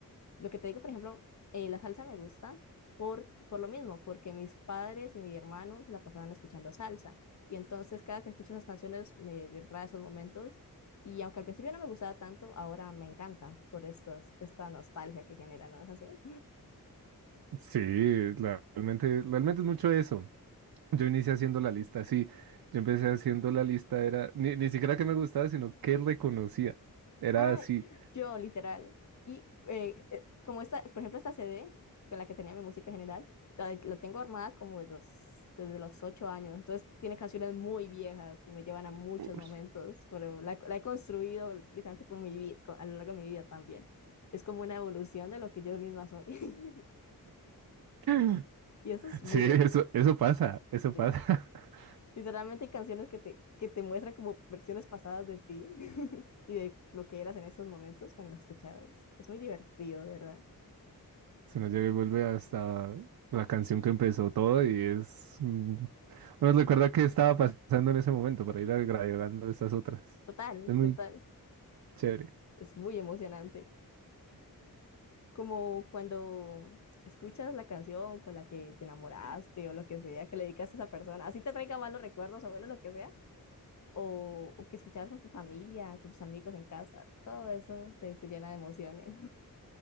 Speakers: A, on the left (about 50°); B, on the right (about 75°).
A: Lo que te digo, por ejemplo, eh, la salsa me gusta por, por lo mismo, porque mis padres y mi hermano se la pasaban escuchando salsa. Y entonces cada que escucho esas canciones me trae esos momentos. Y aunque al principio no me gustaba tanto, ahora me encanta por estos, esta nostalgia que genera, ¿no es así?
B: Sí, la- realmente, realmente es mucho eso. Yo inicié haciendo la lista, sí. Yo empecé haciendo la lista, era ni, ni siquiera que me gustaba, sino que reconocía. Era
A: Ah,
B: así.
A: yo, literal. Y eh, eh, como esta, por ejemplo, esta C D con la que tenía mi música general, la, de- la tengo armada como de los, desde los ocho años. Entonces tiene canciones muy viejas y me llevan a muchos
B: Ush.
A: momentos, pero la, la he construido literalmente con mi, vi- con- a lo largo de mi vida también. Es como una evolución de lo que yo misma soy. <laughs>
B: <laughs>
A: Y eso es
B: Sí,
A: muy divertido.
B: eso, eso pasa, eso pasa.
A: Sí.
B: <laughs>
A: Literalmente hay canciones que te, que te muestran como versiones pasadas de ti <laughs> y de lo que eras en esos momentos cuando las escuchabas. Es muy divertido, de verdad.
B: Se nos llega y vuelve hasta la canción que empezó todo y es... mm, Uno recuerda qué estaba pasando en ese momento para ir agregando estas otras.
A: Total,
B: Es muy
A: total.
B: chévere.
A: Es muy emocionante. Como cuando escuchas la canción con la que te enamoraste o lo que sea, que le dedicaste a esa persona, así te traiga malos recuerdos o bueno, lo que sea, o, o que escuchabas con tu familia, con tus amigos en casa, todo eso te, te llena de emociones.